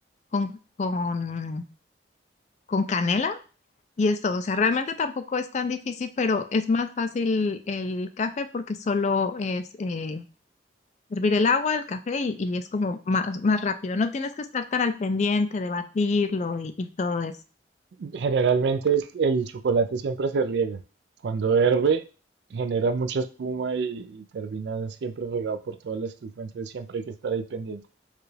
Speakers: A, on the left; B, on the right.
A: con, con, con canela y es todo. O sea, realmente tampoco es tan difícil, pero es más fácil el café porque solo es eh, hervir el agua, el café y, y es como más, más rápido. No tienes que estar tan al pendiente de batirlo y y todo eso.
B: Generalmente el, el chocolate siempre se riega. Cuando hierve, genera mucha espuma y, y termina siempre regado por toda la estufa, entonces siempre hay que estar ahí pendiente.